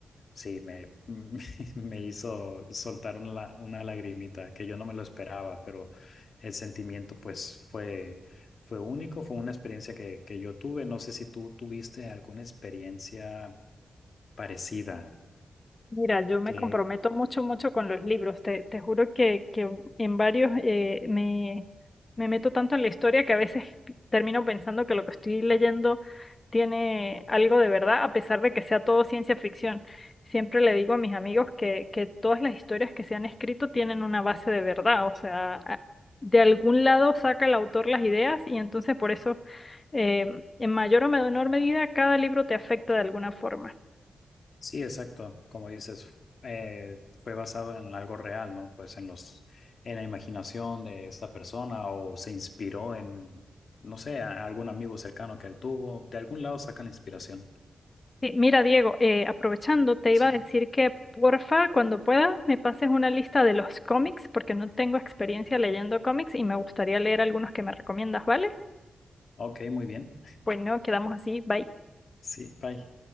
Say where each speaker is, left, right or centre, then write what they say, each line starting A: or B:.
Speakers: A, on the left (about 45°); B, on the left (about 20°).
A: Sí, me, <laughs> me hizo soltar una, una lagrimita que yo no me lo esperaba, pero el sentimiento pues fue, fue único, fue una experiencia que, que yo tuve. No sé si tú tuviste alguna experiencia parecida,
B: Mira, yo me
A: que
B: comprometo mucho, mucho con los libros. Te, te juro que, que en varios eh, me, me meto tanto en la historia que a veces termino pensando que lo que estoy leyendo tiene algo de verdad, a pesar de que sea todo ciencia ficción. Siempre le digo a mis amigos que, que todas las historias que se han escrito tienen una base de verdad, o sea, a- de algún lado saca el autor las ideas y entonces por eso, eh, en mayor o menor medida, cada libro te afecta de alguna forma.
A: sí, exacto, como dices, eh, fue basado en algo real, ¿no? Pues en los, en la imaginación de esta persona o se inspiró en, no sé, a- a algún amigo cercano que él tuvo. De algún lado sacan la inspiración.
B: Sí, Mira, Diego, eh, aprovechando, te
A: Sí.
B: iba a decir que porfa, cuando puedas, me pases una lista de los cómics, porque no tengo experiencia leyendo cómics y me gustaría leer algunos que me recomiendas, ¿vale?
A: Ok, muy bien.
B: Bueno, quedamos así, bye.
A: Sí, bye.